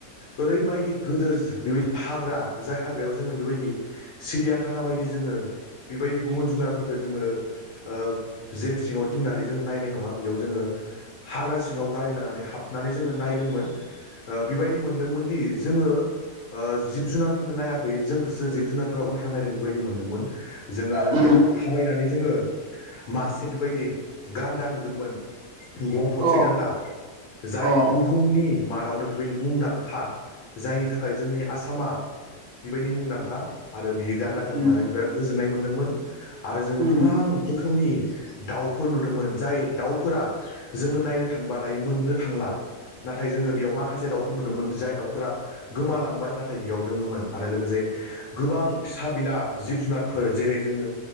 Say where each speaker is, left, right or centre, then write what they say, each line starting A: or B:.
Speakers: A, on the left; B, on the right.
A: ओरैबायदि गोदोरस बेबायदि हाग्रा जाय हाग्रायाव जोङो बेबायदि सिरियाखाना बायदि जोङो बेबायदि गुबुन जुनारफोरखो जोङो ओ जेल सिङाव दनानै जोङ नायनाय नङा बेयाव जोङो हाग्रा सिङाव गारि लानानै हाबनानै जोङो नायदोंमोन बेबायदि मोन मोनदोंमोनदि जोङो ओ जिब जुनारफोरखौ नायाखै जोंखौसो जिब जुनारफोरा उल्था नायदों बेबायदि मोनदोंमोन जोङो आरो
B: उम
A: बेयाव थाबायनानै जोङो मास बेबायदि गान्दा नुदोंमोन गं थसे
B: अ
A: गान्दा जाय
B: अ
A: बुहुमनि माद दावनो बेबायदि मुंदां खा जायनि थाखाय जोंनि आसामा बेबायदि मुंदांख खा आरो बियो दान्दाखो
B: उम
A: नुनानै बिबारा गोज गोजोन्नाय मोन्दोंमोन आरो जोङो
B: उम
A: गोबां रोख रोखोमनि दाउफोर नुदोंमोन जाय दाउफोरा जोङो नायनो थांबा दायो मोननो थांला नाथाय जोङो बेयाव माखासे दावफुर नुद जाय दावफोरा गोमालांबाय नाथाय बियाव दोङोमोन आरो लोगोसे गोबां फिसा बिला जिब जुनाद फोर जेरै जोङो